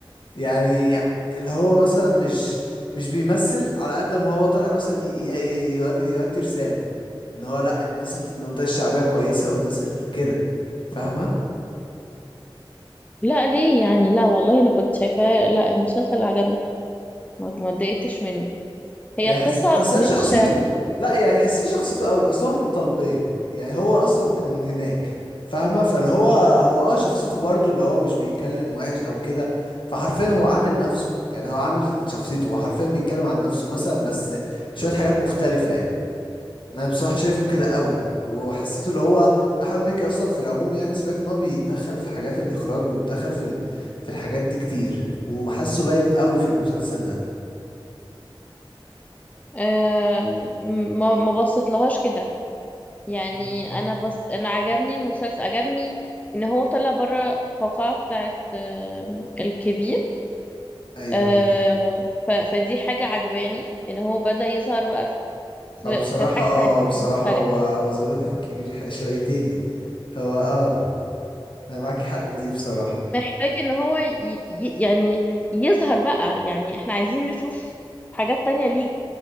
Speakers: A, on the left (about 65°); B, on the left (about 15°).
A: يعني اللي هو مثلا مش مش بيمثل على قد ما هو طالع مثلا ي- ي- يودي يودي رسالة ان هو لا الناس اللي في المنطقة الشعبية كويسة والناس اللي كده فاهمة
B: لا ليه يعني لا والله انا كنت شايفاه لا المسلسل عجبني ما ما اتضايقتش منه هي
A: يعني
B: القصة
A: حسيت اصل
B: مش
A: هي شخصيته لا يعني تحسيه شخصيته قوي اصلا من الطلبيه يعني هو اصلا من هناك فاهمه فاللي هو هو اه شخصيته برضو اللي هو مش بيتكلم وحش او كده فحرفيا هو عامل نفسه يعني هو عامل شخصيته هو حرفيا بيتكلم عن نفسه مثلا بس شويه حاجات مختلفه يعني انا بصراحه شايفه كده قوي وحسيته اللي هو احمد مكي اصلا في العموم يعني سمعت ان هو بيتدخل في حاجات الاخراج وبيتدخل في ال... في الحاجات دي كتير وحاسه باين قوي في المسلسل ده
B: آم، ما ما بصيت لهاش كده يعني
A: مم.
B: انا بس انا عجبني المسلسل عجبني ان هو طلع بره القوقعة بتاعت آم، الكبير
A: ايوه
B: آه، ف- فدي حاجة عجباني ان هو بدأ يظهر بقى في
A: هو بصراحة
B: في حاجة تانية
A: اه بصراحة
B: مختلفة
A: هو هو زودها في الكبير <laughs> ح- شويتين يعني. هو اه انا معاك حق في دي بصراحة
B: فمحتاج ان هو ي- ي- يعني يظهر بقى يعني احنا عايزين نشوف حاجات تانية ليك